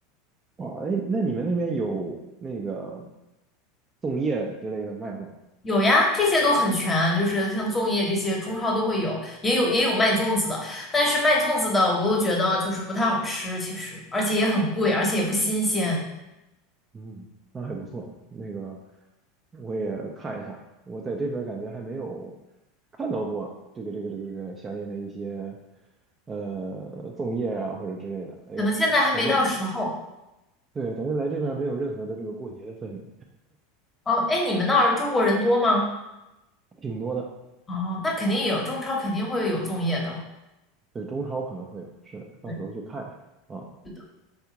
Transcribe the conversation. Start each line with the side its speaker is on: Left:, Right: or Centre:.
Right: 哦，哎，那你们那边有那个粽叶之类的卖吗？
Left: 有呀，这些都很全，就是像粽叶这些，中超都会有，也有也有卖粽子的，但是卖粽子的我都觉得就是不太好吃，其实，而且也很贵，而且也不新鲜，
Right: 嗯，那还不错。那个我也看一下，我在这边感觉还没有看到过这个这个这个这个相应的一些呃粽叶啊或者之类的。哎呦，
Left: 可能现在还没到时候。
Right: 感感觉对，感觉来这边没有任何的这个过节的氛围，
Left: 哦，哎，你们那儿中国人多吗？
Right: 挺多的。
Left: 哦，那肯定有，中超肯定会有粽叶的。
Right: 对，中超可能会有，是，到时候去看一下啊。
Left: 对。是的。